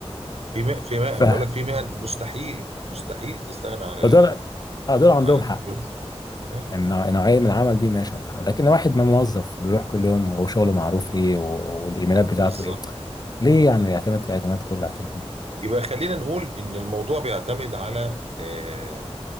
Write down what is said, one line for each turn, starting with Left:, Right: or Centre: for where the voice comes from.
Right: في مه... في مه...
Left: ف...
Right: بقول لك في مهن مستحيل مستحيل تستغنى عن
Left: فدول
Right: ال...
Left: اه دول عندهم
Right: عن التكنولوجيا
Left: حق
Right: مم.
Left: يعني نوع- نوعية من العمل دي ماشي عندهم حق لكن واحد ما موظف بيروح كل يوم وشغله معروف ايه و... والايميلات بتاعته
Right: بالظبط
Left: ايه ليه يعني يعتمد اعتماد كله على التليفون
Right: يبقى خلينا نقول ان الموضوع بيعتمد على آه...